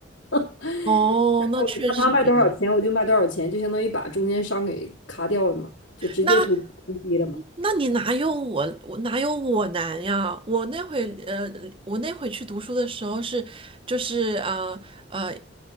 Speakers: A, on the left; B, on the right.
A: <laughs> 我
B: 哦，那确实诶，
A: 就看他卖多少钱，我就卖多少钱，就相当于把中间商给卡掉了嘛，就直接图图低了嘛。
B: 那那你哪有我我哪有我难呀？我那会呃，我那会去读书的时候是就是啊呃，呃